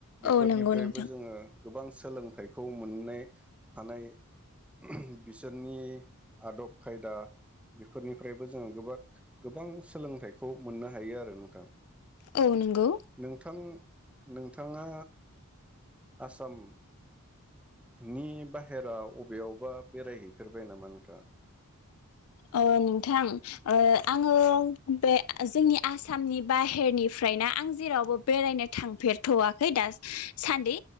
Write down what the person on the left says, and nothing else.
औ नंगौ
नोंथां
औ नंगौ
ओ नोंथां ओ आङो बे जोंनि आसामनि बाहेरनिफ्रायना आं जेरावबो बेरायनो थांफेरथ'वाखै दास सान्दि